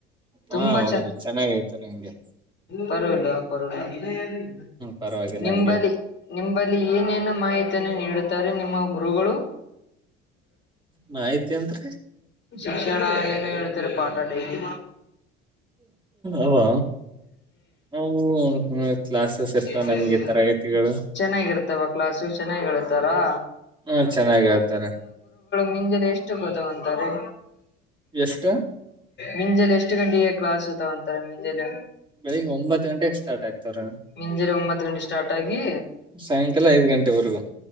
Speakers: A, on the right; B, on the left.
A: ಹಾ
B: ತುಂಬಾ
A: ಹೌದು ಚೆನ್ನಾಗೈತಾರೆ ನಿಂಗೆ
B: ಪರವಲ್ಲ ಆ ಪರವ <unintelligible>
A: ಪರವಾಗಿಲ್ಲ
B: ನಮ್ಮದಲಿ
A: ಹಂಗೇನ್
B: ನಿಮ್ ಬಲ್ಲಿ ಏನೇನು ಮಾಹಿತಿಯನ್ನು ನೀಡುತ್ತಾರೆ ನಿಮ್ಮ ಗುರುಗಳು
A: ಮಾಯ್ತಿ ಅನ್ರಿ
B: ಶಿಕ್ಷಣ ಆಯ ತರ ಪಾಟಡೇಲಿ
A: ಅವು ಅವು <unintelligible> ಇರ್ತಾವ
B: <unintelligible>
A: ನಮ್ಗೆ ತರಗತಿಗಳು
B: ಚೆನ್ನಾಗಿರ್ತವ ಕ್ಲಾಸು ಚೆನ್ನಾಗಿ ಹೇಳೆ ತರಾ
A: ಹ್ಮ ಚೆನ್ನಾಗ ಹೇಳ್ತಾರೆ
B: ಮುಂಜಾನೆ ಎಷ್ಟು ಗೊತ್ತಗೊಂತಾರೆೀ
A: ಎಷ್ಟು
B: ಮಿಂಜಲ್ ಎಷ್ಟು ಗಂಟೆಗೆ ಕ್ಲಾಸ್ ತಾವನ್ <unintelligible> ಮುಂಜಾಲೀ
A: ಬೆಳಿಗ್ಗೆ ಒಂಬತ್ತು ಗಂಟೆಗೆ ಸಾರ್ ಆಗ್ತವ್ರ
B: ಮಂಜರೆ ಒಂಬತ್ ಗಂಟೆ ಸ್ಟಾರ್ಟ್ ಆಗಿ
A: ಸಾಯಂಕಾಲ ಐದ್ ಗಂಟೆವರೆಗೂ